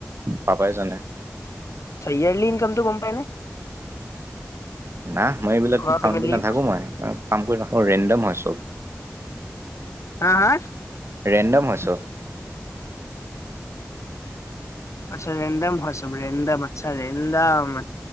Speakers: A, on the right (about 55°); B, on the left (about 75°).
A: পাপাই জানে। <inaudible>
B: চায়ালি <unintelligible> ইনকামটো গম পাই নে?
A: না মই এইবিলাক
B: ঘৰৰ ফেমিলিৰ?
A: কাউণ্ট কৰি নাথাকো মই কাম কৰি নাথাকো ৰেণ্ডম হয় চব। <inaudible>
B: হা-হা! <inaudible>
A: ৰেণ্ডম হৈছোঁ। <unintelligible>
B: আচ্ছা! ৰেণ্ডম হয় চব, ৰেডম আচ্ছা ৰেডম <inaudible>